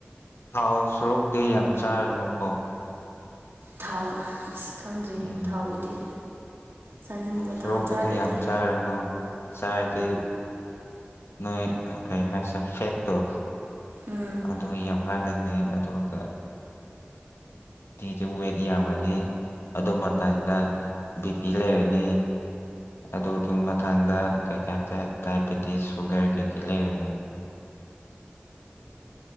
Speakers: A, on the left (about 80°); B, on the right (about 70°).
A: ꯊꯥꯎ ꯁꯣꯔꯣꯛꯗꯦ ꯌꯥꯝ ꯆꯥꯔꯅꯨꯀꯣ
B: ꯊꯥꯎ ꯑꯁ ꯈꯪꯗ꯭ꯔꯦ
A: ꯎꯝ
B: ꯊꯥꯎꯕꯨꯗꯤ ꯆꯥꯅꯤꯡꯕ
A: ꯁꯣꯔꯣꯛꯄꯨꯗꯤ
B: ꯊꯥꯎ ꯆꯥꯗ꯭ꯔꯗꯤ
A: ꯌꯥꯝ ꯆꯥꯔꯨꯅꯨ ꯆꯥꯏꯔꯗꯤ ꯅꯣꯏ ꯀꯩ ꯍꯥꯏꯁꯦ ꯐꯦꯠꯇꯣ
B: ꯎꯝ
A: ꯑꯗꯨ ꯌꯧ ꯃꯥꯥꯟꯗꯦ ꯑꯗꯣ ꯀ ꯐꯤꯁꯦ ꯋꯦꯠ ꯌꯥꯝꯃꯅꯤ ꯑꯗꯨ ꯃꯇꯝꯗ ꯕꯤ ꯄꯤ ꯂꯩꯔꯅꯤ ꯑꯗꯨꯗꯨ ꯃꯊꯥꯡꯗ ꯀꯩꯀꯩ ꯍꯥꯏꯇꯥꯦ ꯗꯥꯏꯕꯦꯇꯤꯁ ꯁꯨꯒꯔ ꯀꯩꯀꯩ ꯂꯩꯔꯅꯤ